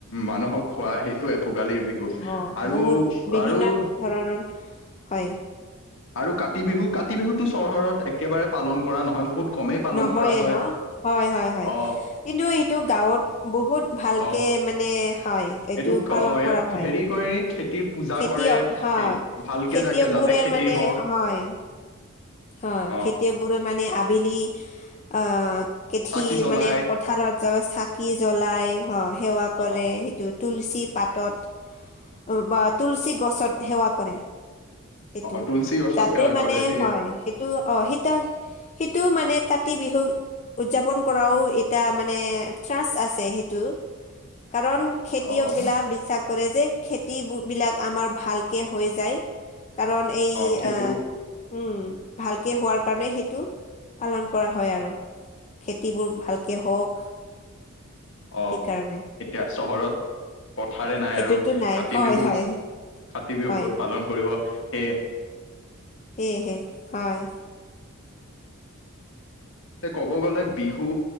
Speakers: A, on the left; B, on the left.
A: মানুহক খোৱা সেইটোয়ে ভোগালীৰ বিহু
B: অ
A: আৰু
B: বহুত বিভিন্ন
A: আৰু
B: ধৰণৰ হয়।
A: আৰু কাতি বিহু কাতি বিহুতটো চহৰত একেবাৰে পালন কৰা নহয় বহুত কমেই পালন
B: নহয়ে
A: কৰা হয়
B: ন, হয়, হয়, হয়,
A: অ
B: কিন্তু এইটো গাঁৱত বহুত ভালকে
A: অ
B: মানে হয়।
A: এইটো
B: পালন
A: ইয়াক
B: কৰা হয়
A: হেৰি কৰে খেতিৰ পূজা
B: খেতিয়ক
A: কৰে
B: হয়
A: হে ভালকে
B: খেতিয়ক
A: জাকে যাতে
B: বোৰে
A: খেতি
B: মানে
A: হওক
B: হয় হয়
A: অ
B: খেতিয়ক বোৰে মানে আবেলি অ' কেঠি
A: চাকি জ্বলাই
B: মানে পথাৰত যাব চাকি জ্বলাই অ' সেৱা কৰে
A: অ
B: সেইটোত তুলসী পাতত বা তুলসী গছত সেৱা কৰে। সেইটো
A: অ তুলসী গছত
B: যাতে
A: সেৱা
B: মানে
A: কৰে সেই
B: হয় সেইটো অ' সেইটো সেইটোও মানে কাতি বিহু উদযাপন কৰাও এটা মানে ট্ৰাষ্ট আছে সেইটো কাৰণ খেতিয়ক
A: অ
B: বিলাক বিশ্বাস কৰে যে খেতি বিলাক আমাৰ ভালকে হৈ যায়। কাৰণ এই
A: অ খেতিবোৰ
B: আহ উম', ভালকে হোৱাৰ কাৰণে সেইটো পালন কৰা হয় আৰু খেতিবোৰ ভালকৈ হওক।
A: আহ
B: সেইকাৰণে
A: এতিয়া চহৰত পথাৰে নাই
B: সেইটোতো
A: আৰু
B: নাই
A: কাতি
B: হয়
A: বিহু
B: হয়
A: কাতি বিহু
B: হয়
A: ক'ত পালন কৰিব সেয়ে
B: হে, হে, হয়
A: ক'ব গ'লে বিহু